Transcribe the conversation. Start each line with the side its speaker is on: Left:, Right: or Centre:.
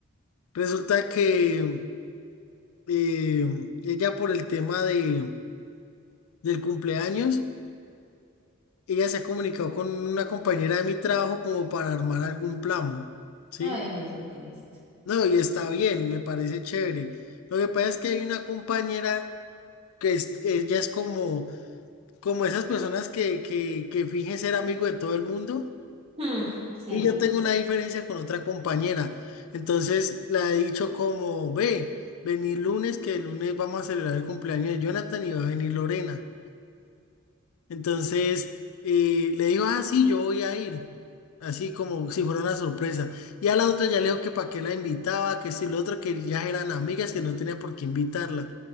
Left: Resulta que eh, ella por el tema de, del cumpleaños, ella se ha comunicado con una compañera de mi trabajo como para armar algún plan, ¿sí?
Right: Ay, Jesucristo.
Left: No, y está bien, me parece chévere. Lo que pasa es que hay una compañera que es- ella es como, como esas personas que, que, que fingen ser amigo de todo el mundo.
Right: Hmm, sí.
Left: Y yo tengo una diferencia con otra compañera. Entonces la he dicho como, ve, venir lunes, que el lunes vamos a celebrar el cumpleaños de Jonathan y va a venir Lorena. Entonces eh, le digo, ah, sí, yo voy a ir. Así como si fuera una sorpresa. Y a la otra ya le digo que para qué la invitaba, que si lo otro, que ya eran amigas, que no tenía por qué invitarla.